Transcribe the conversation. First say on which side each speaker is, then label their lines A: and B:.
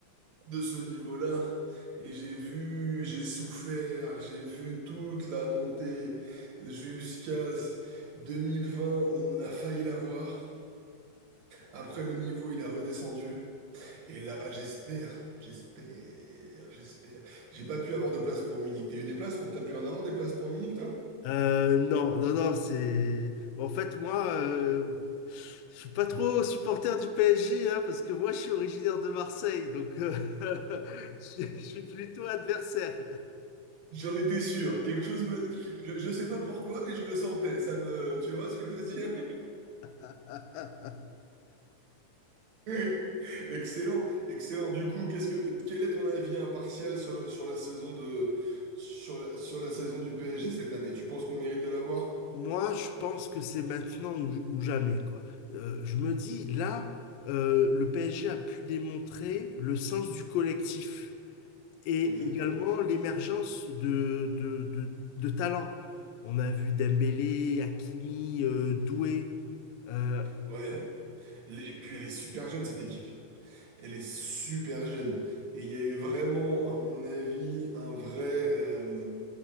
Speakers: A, on the right; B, on the left.
A: de ce niveau-là. Et j'ai vu, j'ai souffert, j'ai vu toute la montée jusqu'à 2020 où on a failli l'avoir. Après le niveau, il a redescendu. Et là, j'espère, j'espère, j'espère. J'ai pas pu avoir de place pour Munich. T'as eu des places pour... T'as pu en avoir des places pour Munich, toi?
B: Euh, non, non, non, c'est. En fait, moi, euh, je suis pas trop supporter du PSG, hein, parce que moi, je suis originaire de Marseille, donc euh, <laughs> je, suis je suis plutôt adversaire.
A: J'en étais sûr. Quelque chose me... Je, je sais pas pourquoi, mais je le sentais. Ça me... Tu vois ce que je veux dire?
B: <laughs>
A: <laughs> Excellent, excellent. Du coup, qu'est-ce que... quel est ton avis impartial sur la, sur la saison de... sur la, sur la saison du PSG cette année? Tu penses qu'on mérite de l'avoir?
B: Moi, je pense que c'est maintenant ou, ou jamais, quoi. Euh, je me dis, là, euh, le PSG a pu démontrer le sens du collectif. et
A: Exactement.
B: également l'émergence de, de, de, de talents. On a vu Dembélé, Hakimi, euh, Doué. euh,
A: Ouais. Et puis elle est super jeune, cette équipe. Elle est super jeune. Et il y a eu vraiment, à mon avis, un vrai... euh,